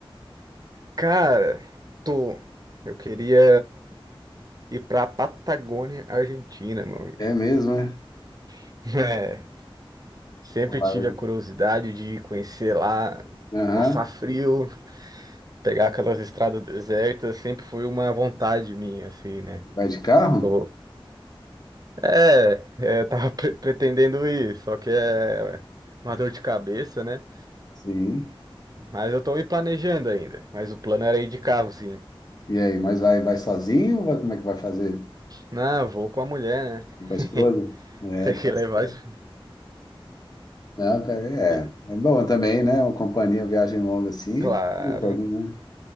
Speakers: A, on the right; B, on the left.
A: Cara, tô. Eu queria ir pra Patagônia, Argentina, meu amigo.
B: É mesmo, né?
A: <laughs> É, sempre
B: Claro.
A: tive a curiosidade de conhecer lá,
B: Aham,
A: passar frio, pegar aquelas estradas desertas, sempre foi uma vontade minha, assim, né?
B: Vai de carro?
A: Tô... É, é, eu tava <laughs> pre- pretendendo ir, só que é uma dor de cabeça, né?
B: Sim.
A: Mas eu tô me planejando ainda. Mas o plano era ir de carro, sim.
B: E aí, mas vai, vai sozinho ou vai- como é que vai fazer?
A: Não, eu vou com a mulher, né?
B: Com a
A: <laughs>
B: esposa? É,
A: Tem
B: tá
A: que levar
B: certo.
A: isso.
B: Não, cara,
A: E-
B: é, é bom também, né? Uma companhia, viagem longa assim,
A: claro.
B: tudo pode, né?